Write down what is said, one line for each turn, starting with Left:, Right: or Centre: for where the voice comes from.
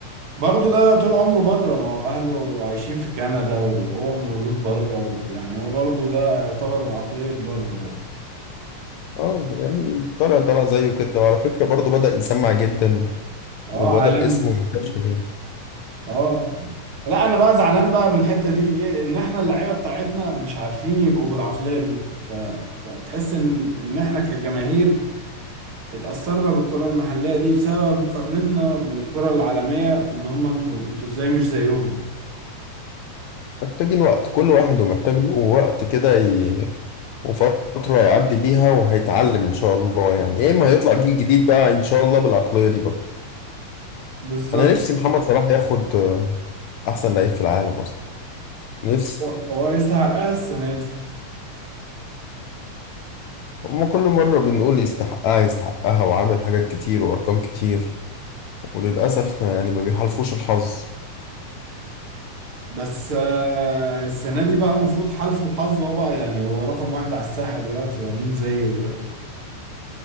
Right: برضه ده طول عمره بره ما هو اهله عايشين في كندا وهو مولود بره ويعني هو برضه ده يعتبر عقلية بره برضه
Left: اه يعني طلع طلع زيه كده وعلى فكرة برضه بدأ يسمع جدا
Right: اه
Left: وبدأ
Right: عالم
Left: اسمه ينتشر يعني
Right: اه لا انا بقى زعلان بقى من الحتة دي في ايه ان احنا اللعيبة بتاعتنا مش عارفين يبقوا بالعقلية دي ف... فتحس ان ان احنا كجماهير اتأثرنا بالكرة المحلية دي بسبب مقارنتنا بالكرة العالمية ان هم انتوا انتوا ازاي مش زيهم
Left: محتاجين وقت كل واحد ومحتاج له وقت كده ي... وفترة يعدي بيها وهيتعلم إن شاء الله يعني يا إما هيطلع جيل جديد بقى إن شاء الله بالعقلية دي برضه
Right: بالظبط
Left: أنا نفسي محمد صلاح ياخد آه، أحسن لعيب في العالم أصلا نفسي
Right: هو هو يستحقها السنة دي
Left: هما كل مرة بنقول يستحقها يستحقها وعامل حاجات كتير وأرقام كتير وللأسف يعني ما بيحالفوش الحظ
Right: بس آه، السنة دي بقى المفروض حالفه الحظ هو بقى يعني هو رقم واحد على الساحة دلوقتي هو مين زيه دلوقتي